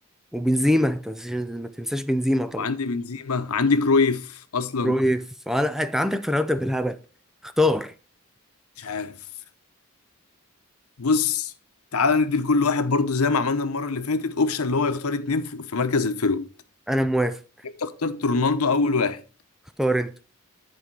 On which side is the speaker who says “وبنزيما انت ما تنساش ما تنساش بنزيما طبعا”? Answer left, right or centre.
Centre